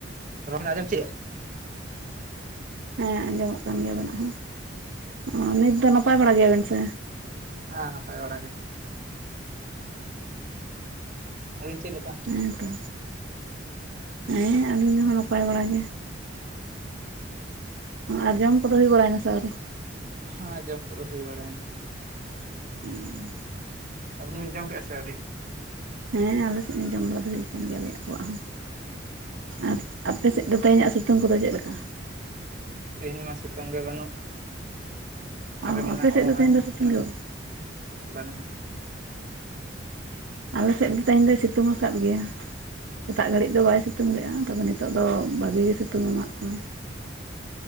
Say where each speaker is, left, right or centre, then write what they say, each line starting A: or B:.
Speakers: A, on the right; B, on the right.
A: ᱟᱫᱚ ᱟᱸᱡᱚᱢ ᱪᱮᱫ
B: ᱦᱮᱸ ᱟᱸᱡᱚᱢᱚᱜ ᱠᱟᱱ ᱜᱮᱭᱟ ᱟᱵᱮᱱᱟᱜ ᱦᱚᱸ ᱱᱤᱛ ᱫᱚ ᱱᱟᱯᱟᱭ ᱵᱟᱲᱟ ᱜᱮᱭᱟᱵᱮᱱ ᱥᱮ
A: ᱦᱮᱸ ᱱᱟᱯᱟᱭ ᱵᱟᱲᱟ ᱜᱮ ᱟᱹᱵᱤᱱ ᱪᱮᱫ ᱞᱮᱠᱟ
B: ᱚ ᱦᱮᱸ ᱛᱚ ᱦᱮᱸ ᱟᱹᱞᱤᱧ ᱫᱚᱦᱚᱸ ᱱᱟᱯᱟᱭ ᱵᱟᱲᱟ ᱜᱮ
A: ᱦᱮᱸ
B: ᱟᱨ ᱡᱚᱢ ᱠᱚᱫᱚ ᱦᱩᱭ ᱵᱟᱲᱟᱭᱮᱱᱟ ᱥᱣᱨᱤ
A: ᱦᱮᱸ ᱡᱚᱢ ᱠᱚ ᱫᱚ ᱦᱩᱭ ᱵᱟᱲᱟᱭᱨᱱᱟ
B: ᱦᱩᱸ
A: ᱟᱵᱮᱱ ᱵᱮᱱ ᱡᱚᱢ ᱠᱮᱫᱼᱟ ᱥᱮ ᱟᱹᱣᱨᱤ
B: ᱦᱮᱸ ᱟᱞᱮ ᱥᱮᱫ ᱦᱚᱸ ᱡᱚᱢ ᱵᱟᱲᱟ ᱫᱚ ᱦᱩᱭ ᱟᱠᱟᱱ ᱜᱮᱭᱟ ᱟᱞᱮ ᱠᱚᱣᱟᱜ ᱦᱚᱸ
A: ᱦᱮᱸ
B: ᱟᱨ ᱟᱯᱮᱥᱮᱫ ᱫᱚ ᱛᱮᱦᱮᱧᱟᱜ ᱥᱤᱛᱩᱝ ᱠᱚᱫᱚ ᱪᱮᱫ ᱞᱮᱠᱟ
A: ᱛᱮᱦᱮᱧ ᱢᱟ ᱥᱤᱛᱩᱝ ᱜᱮ ᱵᱟᱹᱱᱩᱜ ᱦ
B: ᱚ
A: ᱨᱤᱢᱤᱞ
B: ᱟᱯᱮ
A: ᱟᱵᱚᱦᱟᱣᱟ
B: ᱥᱮᱫ ᱫᱚ ᱛᱮᱦᱮᱧ ᱫᱚ ᱥᱤᱛᱩᱝ
A: ᱠᱟᱱᱟ
B: ᱜᱮ
A: ᱥᱮ ᱵᱟᱹᱱᱩᱜᱼᱟ
B: ᱟᱞᱮ ᱥᱮᱫ ᱫᱚ ᱛᱮᱦᱮᱧ ᱫᱚᱭ ᱥᱤᱛᱩᱝ ᱟᱠᱟᱫ ᱜᱮᱭᱟ ᱥᱮᱛᱟᱜ ᱜᱷᱟᱹᱲᱤᱡ ᱫᱚ ᱵᱟᱭ ᱥᱤᱛᱩᱝ ᱞᱮᱫᱼᱟᱭ ᱛᱚᱵᱮ ᱱᱤᱛᱚᱜ ᱫᱚ ᱵᱷᱟᱜᱤ ᱜᱮ ᱥᱤᱛᱩᱝ ᱮᱢᱟᱜ ᱠᱟᱱᱟᱭ